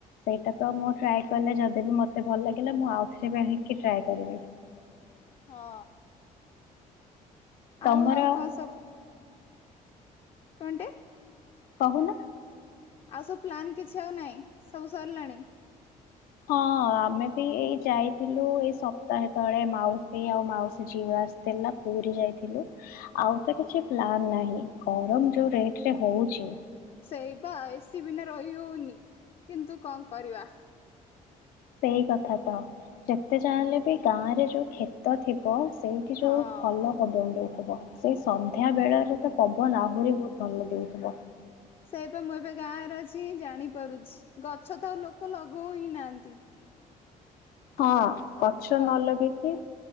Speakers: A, on the left (about 85°); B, on the left (about 45°).
A: ସେଇଟା ତ ମୁଁ ଟ୍ରାଏ କଲେ ଯଦି ବି ମତେ ଭଲ ଲାଗିଲା ମୁଁ ଆଉଥରେ ବିି ଆଣିକି ଟ୍ରାଏ କରିବି।
B: ହଁ।
A: ତମର
B: ଆଉ ଆଉ କଣ ସବୁ କଣଟେ?
A: କହୁନ?
B: ଆଉ ସବୁ ପ୍ଲାନ୍ କିଛି ଆଉ ନାଇଁ ସବୁ ସରିଲାଣି।
A: ହଁ ଆମେ ବି ଏଇ ଯାଇ ଥିଲୁ ଏଇ ସପ୍ତାହେ ତଳେ ମାଉସୀ ମାଉସୀ ଆଉ ମାଉସୀ ଝିଅ ଆସିଥିଲା ପୁରୀ ଯାଇଥିଲୁ ଆଉ ତ କିଛି ପ୍ଲାନ ନାହିଁ ଗରମ ଯୋଉ ରେଟରେ ହଉଛି।
B: ସେଇ ବା ଏସି ବିନା ରହି ହଉନି, କିନ୍ତୁ କଣ କରିବା?
A: ସେଇ କଥା ତ ଯେତେ ଜାଣଲେ ବି ଗାଁରେ ଯୋଉ କ୍ଷେତ ଥିବ ସେଇଠି
B: ହଁ।
A: ଯୋଉ ଭଲ ପବନ ଦେଉଥିବ। ସେଇ ସନ୍ଧ୍ୟା ବେଳରେ ତ ପବନ ଆହୁରି ବହୁତ ଭଲ ଦେଉଥିବ।
B: ସେଇ ପା ମୁଁ ଏବେ ଗାଁରେ ଅଛି ଜାଣିପାରୁଛି ଗଛ ତ ଆଉ ଲୋକ ଲଗାଉ ହିଁ ନାହାନ୍ତି।
A: ହଁ। ଗଛ
B: ଗ
A: ନ ଲଗେଇଲେ